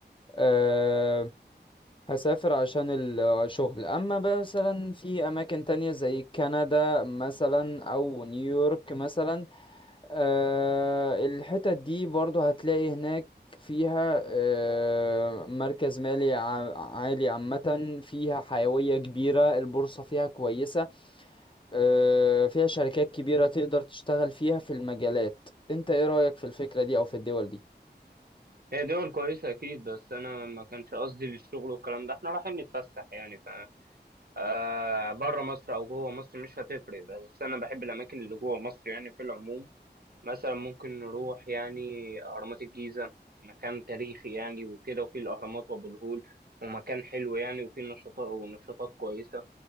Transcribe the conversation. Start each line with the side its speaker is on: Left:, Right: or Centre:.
Left: آه، هسافر عشان الشغل اما مثلا في اماكن تانية زي كندا مثلا او نيويورك مثلا آه، الحتت دي برضو هتلاقي هناك فيها آه، مركز مالي ع- عالي عامة فيها حيوية كبيرة البورصة فيها كويسة آه، فيها شركات كبيرة تقدر تشتغل فيها في المجالات انت ايه رأيك في الفكرة دي او في الدول دي
Right: هي دول كويسة اكيد بس انا ما كانش قصدي للشغل والكلام ده احنا رايحين نتفسح يعني ف آه، بره مصر او جوه مصر مش هتفرق بس انا بحب الاماكن اللي جوه مصر يعني في العموم مثلا ممكن نروح يعني اهرامات الجيزة مكان تاريخي يعني وكده وفي الاهرامات وابو الهول ومكان حلو يعني وفيه نشاطات ونشاطات كويسة